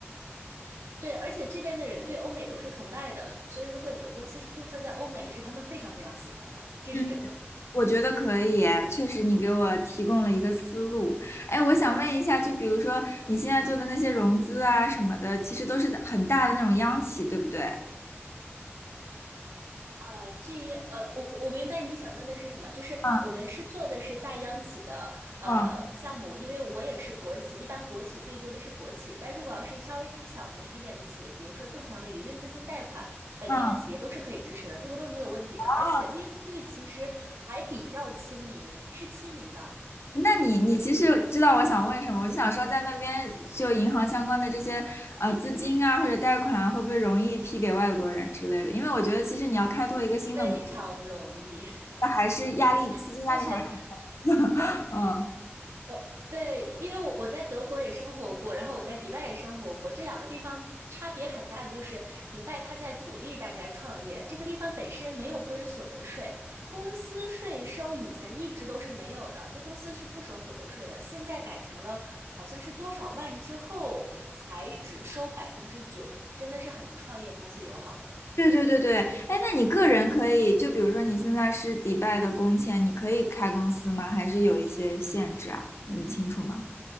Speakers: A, on the right; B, on the left.
A: 对，而且这边的人对欧美都是崇拜的，所以如果你的公司是注册在欧美，是他们非常非常喜欢的，这是真的。
B: 嗯，我觉得可以，确实你给我提供了一个思路。哎，我想问一下，就比如说你现在做的那些融资啊什么的，其实都是很大的那种央企，对不对？
A: 呃，至于，呃，我我明白你想问的是什么，就是我们是做的是大央企的呃项目，
B: 嗯嗯
A: 因为我也是国企，一般国企对接的是国企，但如果要是稍微小型一点的企业，比如说正常的营运资金贷款，本地的企业都是可以支持的，
B: 嗯。
A: 这个都是没有问题的，
B: 哦。
A: 而且利率其实还比较亲民，是亲民的，
B: 那你你其实知道我想问什么，我就想说，在那边就银行相关的这些呃资金啊或者贷款啊，会不会容易批给外国人之类的？因为我觉得其实你要开拓一个新的国家，
A: 非常容易，
B: 还是压力资金压力还是很
A: <laughs> 就是
B: 嗯，
A: 哦，对，因为我我在德国也生活过，然后我在迪拜也生活过，这两个地方差别很大的就是，迪拜它在鼓励大家创业，这个地方本身没有个人所得税，公司税收以前一直都是没有的，就公司是不收所得税的，现在改成了好像是多少万之后才只收百分之九，真的是很创业公司友好的。
B: 对对对对，哎，那你个人可以就比如说你现在是迪拜的工签，你可以开公司吗？还是有一些限制啊？你清楚吗？